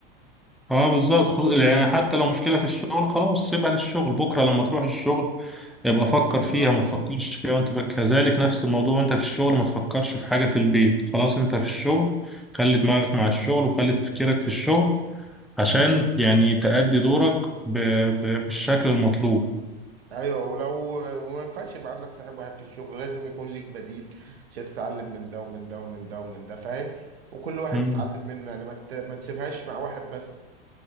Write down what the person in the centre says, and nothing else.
اه بالظبط خل- يعني حتى لو مشكلة في الشغل خلاص سيبها للشغل بكرة لما تروح الشغل يبقى فكر فيها
ما تفكرش فيها وانت في... كذلك نفس الموضوع وانت في الشغل ما تفكرش في حاجة في البيت خلاص انت في الشغل خلي دماغك مع الشغل وخلي تفكيرك في الشغل عشان يعني تأدي دورك ب... ب... بالشكل المطلوب
مم.